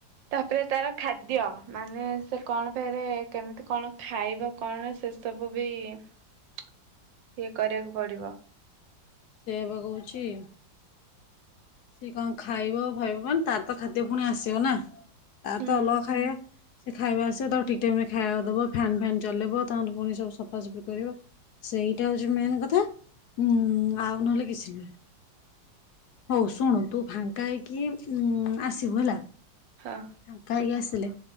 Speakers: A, on the right; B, on the left.
A: ତାପରେ ତାର ଖାଦ୍ୟ ମାନେ ସେ କଣ ଫରେ କେମିତି କଣ ଖାଇବ କଣ ସେ ସବୁ ବି <inaudible> ଇଏ କରିବାକୁ ପଡିବ।
B: ସେବା କୋହୁଚି ସେି କଣ ଖାଇବ ଭାଇିବ ମାନ ତାର ତ ଖାଦ୍ୟ ପୁଣି ଆସିବ ନା ତ
A: ହୁଁ
B: ତ ଅଲଗ ଖାଇ ସେ ଖାଇବା ଆସିବା ତାକୁ ଠିକ ଟାଇମ ରେ ଖାଇବା ଦବ ଫ୍ୟନ୍ ଫ୍ୟନ୍ ଚଲେଇବ ତାଙ୍କର ପୁଣି ସବୁ ସଫାସଫା କରିବ ସେଇଟା ହଉଛି ମେନ୍ କଥା ଉଁ ଆଉ ନହେଲେ କିଛି ନୁହେଁ ହଉ ଶୁଣ ତୁ ଫାଙ୍କା ହେଇକି ଉ ଆସିବୁ ହେଲା
A: ହଁ
B: କା ହେକି ଆସିଲେ